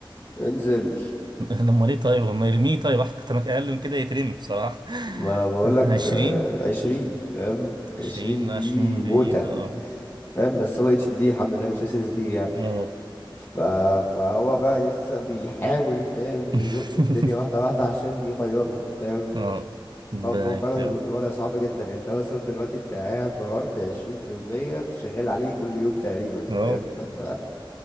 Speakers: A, on the left; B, on the right.
A: انزل
B: <laughs> لما ليه طيب لما يرميه طيب أكتر من أقل من كده يترمي بصراحة
A: ما انا بقول
B: <laughs>
A: لك
B: عشرين
A: آه، عشرين فاهم
B: عشرين
A: عشرين
B: لا
A: دي
B: عشرين بعيد
A: موتة
B: اه
A: فاهم بس هو اتش دي دي الحمد لله مش اس اس دي يعني
B: اه
A: ف... فهو بقى لسه بيحاول فاهم
B: <laughs>
A: يزق الدنيا واحده واحده عشان يغيره فاهم
B: اه ربنا
A: فهو فهو فعلا
B: يكرمه
A: ال- الوضع صعب جدا يعني انت مثلا دلوقتي انت قاعد بهارد 20% شغال عليه كل يوم تقريبا
B: اه
A: فاهم فانت